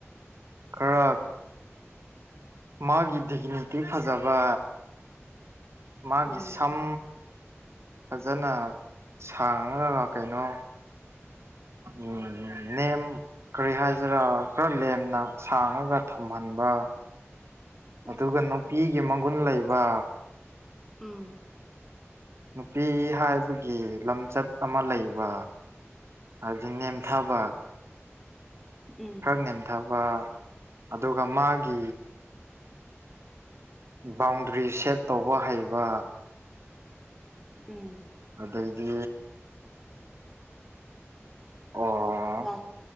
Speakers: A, on the right; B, in the centre.
A: ꯈꯔ ꯃꯥꯒꯤ ꯗꯤꯒꯅꯤꯇꯤ ꯐꯖꯕ ꯃꯥꯒꯤ
B: ꯎꯝ
A: ꯁꯝ ꯐꯖꯅ ꯁꯥꯡꯉꯒ ꯀꯩꯅꯣ ꯎꯝ ꯅ ꯀꯔꯤ ꯍꯥꯏꯁꯤꯔꯥ ꯈꯔ ꯂꯦꯝꯅ ꯁꯥꯡꯉꯒ ꯊꯝꯍꯟꯕ
B: <unintelligible>
A: ꯑꯗꯨꯒ ꯅꯨꯄꯤꯒꯤ ꯃꯒꯨꯟ ꯂꯩꯕ
B: ꯎꯝ
A: ꯅꯨꯄꯤ ꯍꯥꯏꯕꯒꯤ ꯂꯝꯆꯠ ꯑꯃ ꯂꯩꯕ ꯍꯥꯏꯕꯗꯤ ꯅꯦꯝꯊꯥꯕ
B: ꯎꯝ
A: ꯅꯦꯟꯊꯕ ꯑꯗꯨꯒ ꯃꯥꯒꯤ ꯕꯥꯎꯟꯗ꯭ꯔꯤ ꯁꯦꯠ ꯇꯧꯕ ꯍꯩꯕ
B: ꯎꯝ
A: ꯑꯗꯥꯏꯗꯤ ꯑꯣ
B: ꯂ